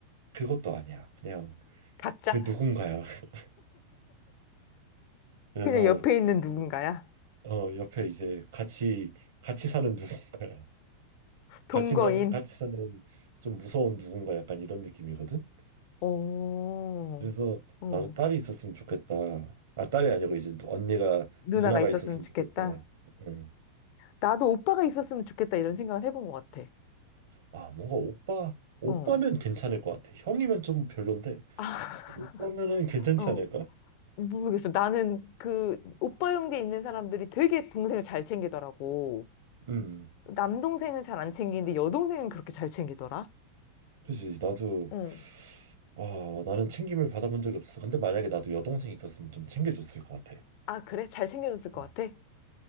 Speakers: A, on the right; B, on the left.
A: 그것도 아니야. 그냥
B: 각자
A: 그 누군가야. <laughs> 그래서
B: 그냥 옆에 있는 누군가야?
A: 어, 옆에 이제 같이 같이 사는 누군가요. <laughs>
B: 동거인.
A: 같이 가 같이 사는 좀 무서운 누군가 약간 이런 느낌이거든.
B: 오,
A: 그래서
B: 응.
A: 나도 딸이 있었으면 좋겠다. 아, 딸이 아니고 이제 언니가
B: 누나가
A: 누나가
B: 있었으면
A: 있었으면
B: 좋겠다.
A: 좋겠다. 응.
B: 나도 오빠가 있었으면 좋겠다 이런 생각을 해본 것 같아.
A: 아, 뭔가 오빠 오빠면
B: 어.
A: 괜찮을 것 같아. 형이면 좀 별론데
B: 아,
A: 오빠면은 괜찮지
B: 어.
A: 않을까?
B: 모르겠어. 나는 그 오빠 형제 있는 사람들이 되게 동생을 잘 챙기더라고.
A: 음,
B: 남동생은 잘 안 챙기는데 여동생은 그렇게 잘 챙기더라.
A: 그지. 나도
B: 응.
A: 아, 나는 챙김을 받아본 적이 없어. 근데 만약에 나도 여동생 있었으면 좀 챙겨줬을 것 같아.
B: 아, 그래? 잘 챙겨줬을 것
A: 응.
B: 같아?